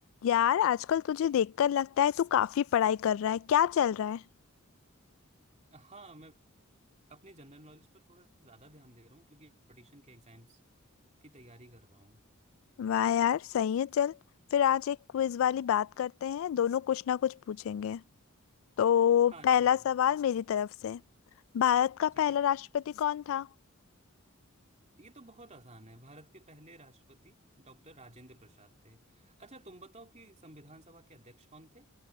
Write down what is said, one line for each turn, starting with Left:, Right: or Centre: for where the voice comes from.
Left: यार आजकल तुझे देखकर लगता है तू काफी पढ़ाई कर रहा है क्या चल रहा है
Right: हाँ मैं अपने जनरल नॉलेज पर थोड़ा ज्यादा ध्यान दे रहा हूँ क्योंकि कंपटीशन के एग्जाम्स की तैयारी कर रहा हूँ
Left: वाह यार सही है चल फिर आज एक क्विज वाली बात करते हैं दोनों कुछ ना कुछ पूछेंगे तो
Right: हाँ
Left: पहला
Right: ठीक है
Left: सवाल मेरी तरफ से भारत का
Right: ठीक
Left: पहला
Right: है
Left: राष्ट्रपति कौन था
Right: ये तो बहुत आसान है भारत के पहले राष्ट्रपति डॉक्टर राजेंद्र प्रसाद थे अच्छा तुम बताओ कि संविधान सभा के अध्यक्ष कौन थे